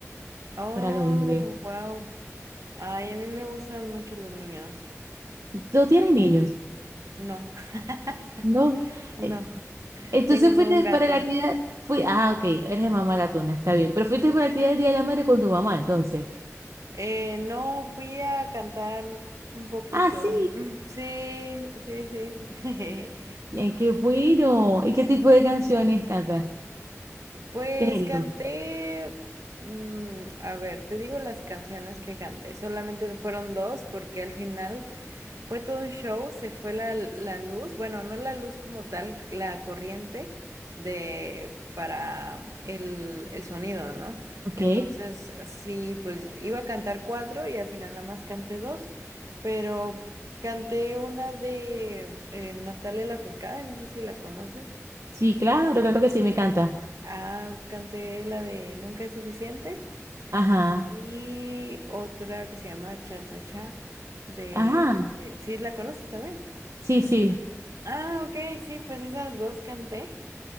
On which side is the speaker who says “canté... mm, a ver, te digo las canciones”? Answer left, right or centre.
Right